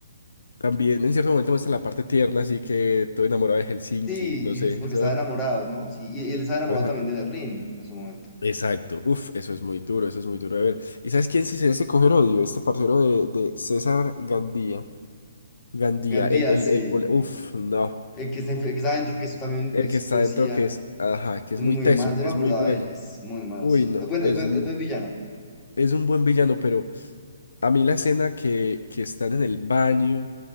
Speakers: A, on the left; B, on the left.
A: también en cierto momento muestran la parte tierna, así que todo enamorado de Helsinki,
B: Sí,
A: no sé,
B: es porque
A: eso,
B: estaba enamorado, ¿no? Sí, y, y él estaba enamorado
A: ajá,
B: también de Berlín en su momento.
A: exacto, uf, eso es muy duro, eso es muy duro de ver. ¿Y sabes quién sí se debe coger odio? Este parcero de, de César Gandía, Gandía,
B: Gandía,
A: el, el,
B: sí.
A: el, pol- uf, no,
B: El que está, enf- el que está adentro, que es también un polic-
A: el que está
B: policía.
A: adentro que es, ajá, que
B: Es
A: es
B: muy
A: muy teso,
B: malo. Yo
A: es
B: no me acordaba
A: muy bueno,
B: de él. Es muy malo,
A: uy,
B: sí.
A: no,
B: Es buen,
A: es,
B: es buen-
A: mu-
B: es buen villano.
A: es un buen villano, pero... A mí la escena que, que están en el baño